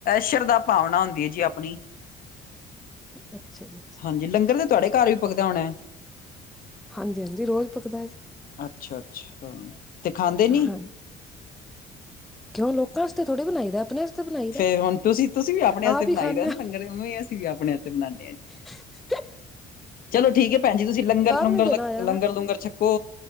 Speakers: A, on the left; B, in the centre.
A: ਸ਼ਰਦਾ-ਭਾਵਨਾ ਹੁੰਦੀ ਹੈ ਜੀ ਆਪਣੀ।
B: ਅੱਛਾ ਜੀ ਅੱਛਾ
A: ਹਾਂਜੀ ਲੰਗਰ ਤੇ ਤੁਹਾਡੇ ਘਰ ਵੀ ਪਕਦਾ ਹੋਣਾ?
B: ਹਾਂਜੀ ਹਾਂਜੀ ਰੋਜ਼ ਪਕਦਾ ਜੀ
A: ਅੱਛਾ-ਅੱਛਾ ਤੇ ਖਾਂਦੇ ਨੀ?
B: ਹਾਂ ਕਿਉਂ ਲੋਕਾ ਆਸਤੇ ਥੋੜੀ ਬਣਾਈ ਦਾ ਆਪਣੇ ਬਣਾਈ ਦਾ
A: ਫੇਰ ਹੁਣ ਤੁਸੀਂ- ਤੁਸੀਂ ਵੀ ਆਪਣੇ ਆਸਤੇ
B: ਆਪ ਹੀ
A: ਬਣਾਈ
B: ਖਾਂਦੇ
A: ਦਾ ਨਾ
B: ਆ
A: ਲੰਗਰ, ਉਵੇਂ ਅਸੀਂ ਵੀ ਆਪਣੇ ਆਸਤੇ ਬਣਾਉਂਦੇ ਹਾਂ ਜੀ।
B: ਕਿ <unintelligible> <unintelligible>
A: ਚਲੋ ਠੀਕ ਹੈ ਭੈਣ ਜੀ, ਤੁਸੀਂ ਲੰਗਰ-ਲੂੰਗਰ,
B: ਨੀ ਦੇਣਾ
A: ਲ
B: ਆਇਆ ਨਾ
A: ਲੰਗਰ-ਲੂੰਗਰ ਛ ਮ